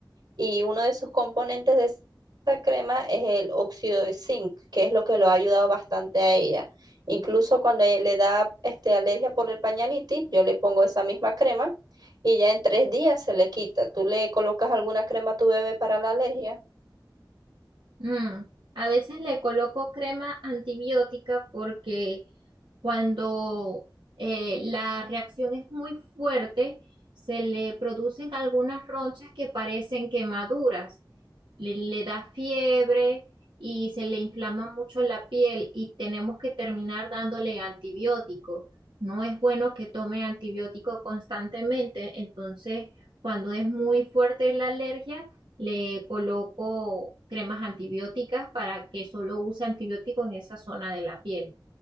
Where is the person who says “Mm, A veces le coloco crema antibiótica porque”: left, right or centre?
Right